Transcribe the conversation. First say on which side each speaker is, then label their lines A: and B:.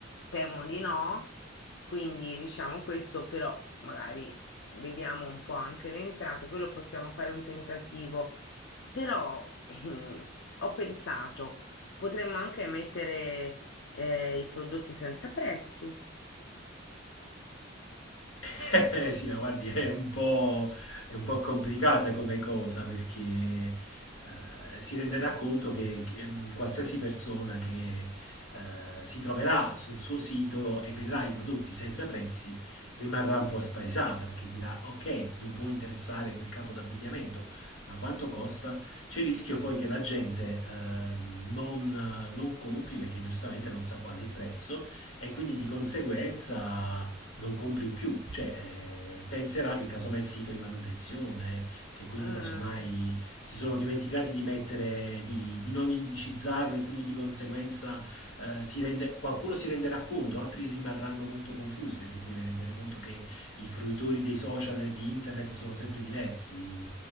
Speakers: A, on the left; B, on the left.
A: temo di no. Quindi diciamo questo, però magari vediamo un po' anche le entrate, quello possiamo fare un tentativo. Però <clears throat> ho pensato. Potremmo anche mettere eh, i prodotti senza prezzi.
B: <laughs> Eh, sì, ma guardi, è un po', è un po' complicata come cosa perché eh, si renderà conto che che, ehm, qualsiasi persona che eh, si troverà sul suo sito e vedrà i prodotti senza prezzi rimarrà un po' spaesata perché dirà: Ok, mi può interessare quel capo d'abbigliamento, ma quanto costa? C'è il rischio poi che la gente eh, non, non compri perché giustamente non sa qual è il prezzo e quindi di conseguenza non compri più, cioè eh, penserà che casomai il sito è in manutenzione, che quindi
A: Mm,
B: casomai si sono dimenticati di mettere, di, di non indicizzarlo e quindi di conseguenza eh, si rende- qualcuno si renderà conto, altri rimarranno molto confusi perché si deve rendere conto che i fruitori dei social e di internet sono sempre diversi